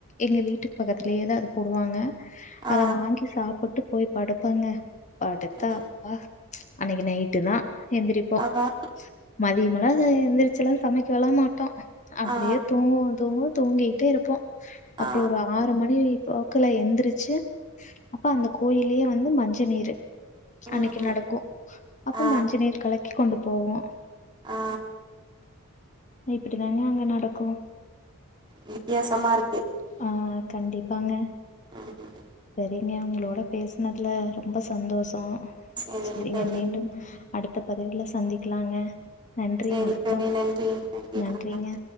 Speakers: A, on the left (about 35°); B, on the right (about 20°).
A: எங்க வீட்டு பக்கத்திலயேதா அத போடுவாங்க
B: ஆ
A: அத வாங்கி சாப் போட்டு போய் படுப்போங்க படுத்தா
B: ம்
A: அப்பா அன்னைக்கு நைட்டு தா எந்திரிப்போ
B: அதா
A: மதியமலா எந்திரிச்சல்லா சமைக்க இல்ல மாட்டோ அப்டியே
B: ஆ
A: தூங்குவோ தூங்குவோ தூங்கிட்டே இருப்போ அப்றோ
B: ஆ
A: ஒரு ஆறு மணி போக்குல எந்திரிச்சு அப்போ அந்த கோயிலயே வந்து மஞ்ச நீரு
B: ம்
A: அன்னைக்கு நடக்கு அப்போ
B: ஆ
A: மஞ்ச நீர் கலக்கி கொண்டு போவோ
B: ஆ
A: இப்டி தாங்க அங்க நடக்கு
B: வித்தியாசமா இருக்கு
A: ஆ கண்டிப்பாங்க
B: ம் ம்
A: செரிங்க உங்களோட பேசனதுல ரொம்ப சந்தோஷோ
B: சரிங்க
A: செரிங்க
B: தோழி
A: மீண்டும் அடுத்த பதிவில சந்திக்லாங்க நன்றி
B: சரி
A: வணக்கம்
B: தோழி நன்றி நன்றி
A: நன்றிங்க
B: வணக்கம்